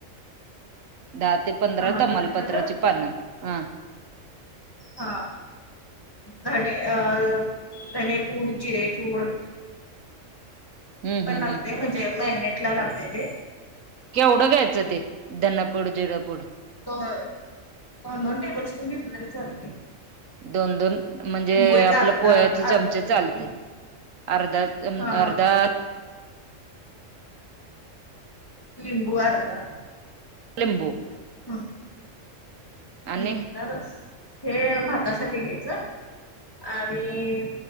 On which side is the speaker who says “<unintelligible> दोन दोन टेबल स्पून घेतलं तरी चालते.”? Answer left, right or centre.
Left